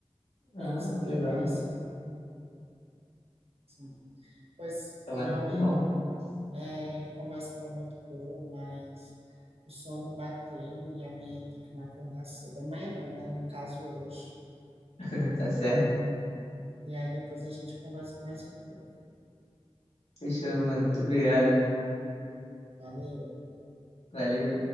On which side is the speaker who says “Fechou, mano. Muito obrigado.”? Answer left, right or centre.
Left